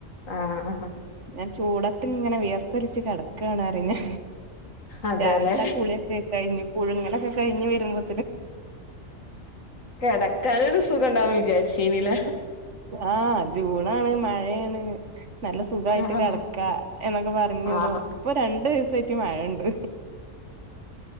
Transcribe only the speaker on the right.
ഞാൻ ചൂടത്ത് ഇങ്ങനെ വിയർത്തരിച്ച് കിടക്കാണ് പറഞ്ഞെ.
രാവിലത്തെ ആ കുളിയൊക്കെ കഴിഞ്, പുഴുങ്ങലൊക്കെ കഴിഞ്ഞ് വരുമ്പോ,
ആഹ് ജൂണാണ് മഴേണ് നല്ല സുഖായിട്ട്
കിടക്ക എന്നൊക്കെ പറഞ്ഞപ്പോ,
ഇപ്പൊ രണ്ടു ദിവസായിട്ട് മഴണ്ട്.